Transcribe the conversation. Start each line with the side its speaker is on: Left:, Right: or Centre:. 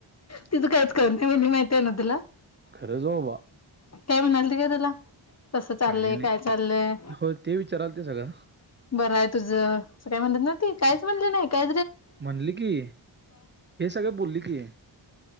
Left: ति तू कायच करून मी माहती आहे ना तुला?
Right: खरंच बाबा.
Left: काय म्हणाल त का तुला कसं चाललय
Right: काही नाही
Left: काय चाललय.
Right: हो ते विचाराल ते सगळं
Left: बरं आहे तुझ अस काय म्हणतत ना ते काहीच म्हणले नाही काही
Right: मनली की हे सगळे बोलली की आहे